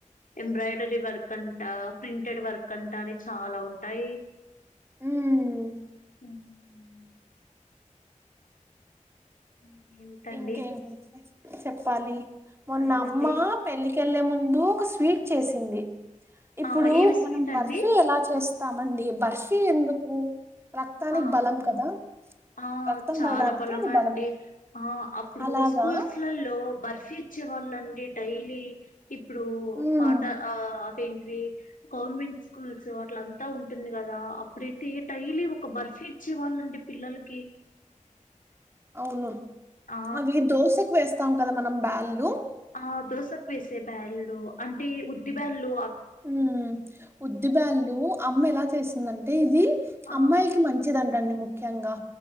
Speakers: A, on the left; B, on the right.
A: ఎంబ్రాయిడరీ వర్క్ అ అంట ప్రింటెడ్ వర్క్ అంటా అని చాలా ఉంటాయి
B: ఉమ్మ్
A: హ్మ్ ఇంకేంటండి
B: ఇంకేంటి చెప్పాలి మొన్న
A: ఫైనల్లీ
B: అమ్మ పెళ్లికెళ్లే ముందు ఒక ఫీట్ చేసింది ఇప్పుడు
A: ఆ ఏమి స్వీట్
B: మనం బర్సు
A: అండి
B: ఎలా చేస్త తమండి బర్ఫీ ఎందుకు రక్తానికి
A: ఆ
B: బలం కదా
A: ఆ
B: రక్తం
A: చాలా
B: పడడానికి
A: బలం
B: అది
A: అండి ఆ ఆ అప్పుడు
B: అలాగా
A: స్కూల్స్లలో బర్ఫీ ఇచ్చే వాళ్ళండి డైలీ ఇప్పుడు
B: ఉమ్,
A: పాట ఆ <unintelligible> గవర్నమెంట్ స్కూల్స్ అట్ల అంతా ఉంటుంది కదా అప్పుడైతే టైలీ ఒక బర్ఫీ ఇచ్చేవాళ్ళండి పిల్లలకి
B: అవును
A: ఆ
B: అవి దోశకు వేస్తాం కదా మనం బ్యాలు
A: ఆ దోశకి వేసే బ్యాల్లు అంటే ఉద్ది బ్యాలు
B: హ్మ్ ఉద్దిబ్యాలు అమ్మ ఎలా చేసిందంటే ఇది
A: ఆ
B: అమ్మాయిలకి మంచి మంచిదంటండి ముఖ్యంగా